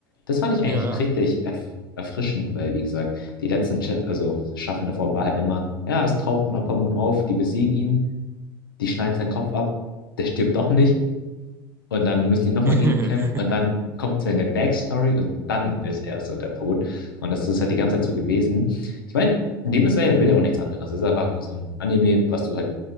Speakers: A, on the left (about 70°); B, on the right (about 20°).
A: Das fand ich
B: ja,
A: eigentlich
B: ja.
A: richtig erf erfrischend, weil, wie gesagt, die letzten Cha also Staffeln davor war halt immer, ja, es taucht ein Upper Moon auf, die besiegen ihn, die schneiden seinen Kopf ab, der stirbt doch nicht. Und dann müssen die nochmal
B: <laughs>
A: gegen ihn kämpfen. Und dann kommt seine Backstory und dann ist er so der Tod. Und das ist halt die ganze Zeit so gewesen. Ich meine, Demon Slayer will ja auch nichts anderes. Es ist einfach nur so ein Anime, was du halt